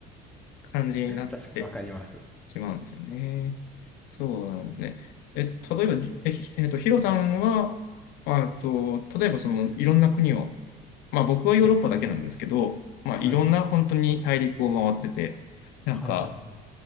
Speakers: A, on the left (about 70°); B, in the centre.
A: 感じになって
B: 確かにわかります。
A: しまうんですよね。そうなんですね。え、例えば、え、ひえっと、ヒロさんは、あと、例えばそのいろんな国を、
B: はい、
A: まあ僕はヨーロッパだけなんですけど、
B: はい、はい、はい。
A: まあいろんな本当に大陸を回ってて、
B: はい、
A: なんか、
B: はい、はい。はい